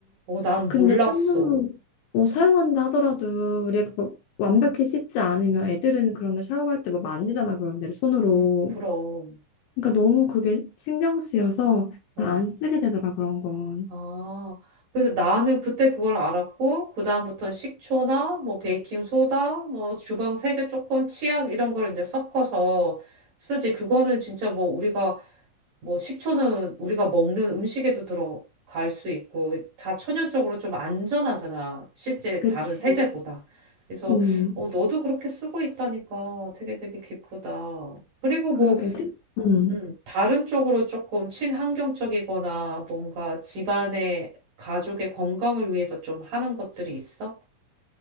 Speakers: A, on the right; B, on the left.
A: 어, 난
B: 근데
A: 몰랐어.
B: 찬물로 어, 사용한다 하더라도 우리가 그거 완벽히 씻지 않으면 애들은 그런데 샤워할 때 뭐 만지잖아 그런 데를 손으로.
A: 그- 그럼.
B: 그러니까 너무 그게 신경 쓰여서 잘
A: 어.
B: 안 쓰게 되더라 그런 건.
A: 아, 그래서 나는 그때 그걸 알았고, 그다음부터는 식초나, 뭐, 베이킹소다, 뭐, 주방 세제 조금, 치약, 이런 걸 이제 섞어서 쓰지. 그거는 진짜 뭐, 우리가, 뭐, 식초는 우리가 먹는 음식에도 들어갈 수 있고, 다 천연적으로 좀 안전하잖아. 실제
B: 그치.
A: 다른 세제보다. 그래서,
B: 음,
A: 어, 너도 그렇게 쓰고 있다니까 되게 되게 기쁘다. 그리고 뭐,
B: 그러게. 음,
A: 음, 다른 쪽으로 조금 친환경적이거나 뭔가 집안의 가족의 건강을 위해서 좀 하는 것들이 있어?